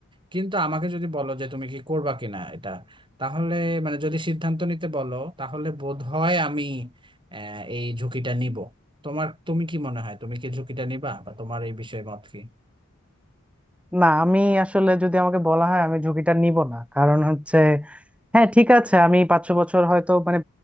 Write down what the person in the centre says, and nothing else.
না আমি আসলে যদি আমাকে বলা হয় আমি ঝুঁকিটা নিব না কারণ হচ্ছে হ্যাঁ ঠিক আছে আমি পাঁচশো বছর হয়তো মানে